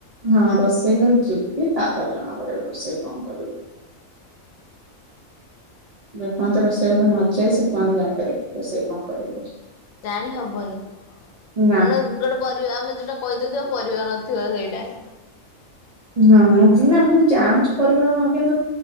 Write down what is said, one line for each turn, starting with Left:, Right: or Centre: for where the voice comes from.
Right: ହଁ ରୋଷେଇ ଘରକୁ ଯିବି ତାପରେ ଜଣା ପଡିବ ରୋଷେଇ କଣ କରିଵି। ଯେ ପର୍ଯ୍ୟନ୍ତେ ରୋଷେଇ ଘରକୁ ନ ଯାଇଚି ସେପର୍ଯ୍ୟନ୍ତେ ଜଣିପାରିବିନି ରୋଷେଇ। କଣ କରିବି ବୋଲି
Left: ଜାଣି ହବନି କାରଣ
Right: ନା
Left: ଗୋଟେ ପରିବା ଆମେ ଯୋଉଟା କହିଦୋଉଥିବା ପରିବା ନଥିବ ସେଇଟା।
Right: ହଁ ନା ମୁଁ ଜାଣୁଚି ପରିବା କଣ କିନ୍ତୁ